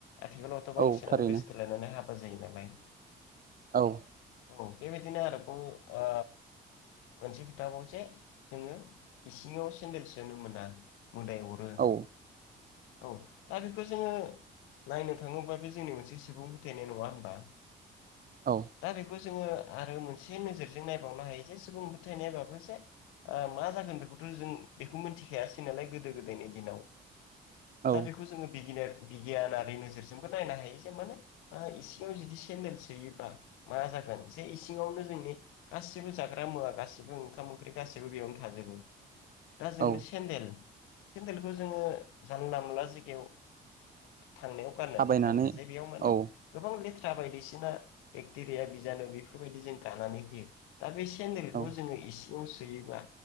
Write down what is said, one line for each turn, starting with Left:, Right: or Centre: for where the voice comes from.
Left: आथिखालावथ'
Right: औ
Left: बांसिनानो
Right: थारैनो
Left: गोसथोलायनानै हाबा जायो नालाय
Right: औ
Left: औ बेबायदिनो आरोबाव आ मोनसे खोथा बावसे जोङो इसिङाव सेन्देल सोनो मोना मोदाय अरो
Right: औ
Left: औ दा बेखौ जोङो नायनो थाङोब्ला बे जोंनि मोनसे सुबुं फोथायनाय नङा होमबा
Right: औ
Left: दा बेखौ जोङो आरो मोनसे नोजोरजों नायबावनो हायो जे सुबुं फोथायनाय बाबो जे ओ मा जागोन बेखौथ' जों बेखौ मिथिखायासै नालाय गोदो-गोदायनि दिनाव
Right: औ
Left: दा बेखौ जोङो बिगिनार बिगियानारि नोजोरजोंबो नायनो हायो एसे मानोे ओ इसिङाव जुदि सेन्देल सोयोबा मा जागोन जे इसिङावनो जोंनि गासिबो जाग्रा मुवा गासिबो ओंखाम-ओंख्रि गासिबो बेयावनो थाजोबो दा जोंनो
Right: औ
Left: सेन्देल सेन्देलखौ जोङो जानला मोनला जायगायाव थांनायाव गाननानै
Right: थाबायनानै
Left: थाङो जे बेयाव माने
Right: औ
Left: गोबां ले थ्रा बायदिसिना बेक्टेरिया बिजानु बेफोरबायदि जों गानानै फैयो दा बे सेन्देलखौ
Right: औ
Left: जोङो इसिङाव सोयोबा